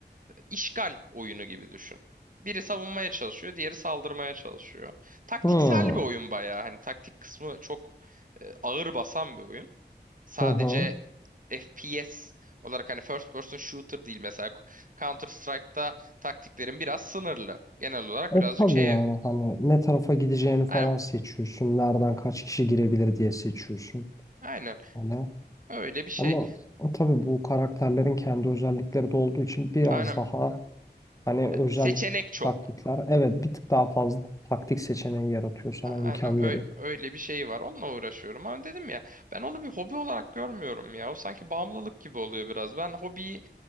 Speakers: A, on the right (about 50°); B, on the left (about 20°).
A: İşgal oyunu gibi düşün. Biri savunmaya çalışıyor, diğeri saldırmaya çalışıyor. Taktiksel
B: Hmm.
A: bir oyun bayağı. Hani taktik kısmı çok e, ağır basan bir oyun. Sadece
B: Hı hı.
A: FPS olarak hani first person shooter değil mesela Counter Strike'ta taktiklerin biraz sınırlı. Genel olarak
B: E
A: birazcık
B: tabii
A: şeye
B: yani hani ne tarafa gideceğini falan
A: aynen
B: seçiyorsun. Nereden kaç kişi girebilir diye seçiyorsun.
A: aynen
B: Hani
A: öyle bir şey.
B: ama e, tabii bu karakterlerin kendi özellikleri de olduğu için biraz
A: Aynen
B: daha hani özel
A: seçenek çok.
B: taktikler. Evet bir tık daha fazla taktik seçeneği yaratıyor sana
A: A-
B: imkan
A: Aynen öyle,
B: veriyor.
A: öyle bir şey var. Onunla uğraşıyorum. Ama dedim ya ben onu bir hobi olarak görmüyorum ya. O sanki bağımlılık gibi oluyor biraz. Ben hobiyi,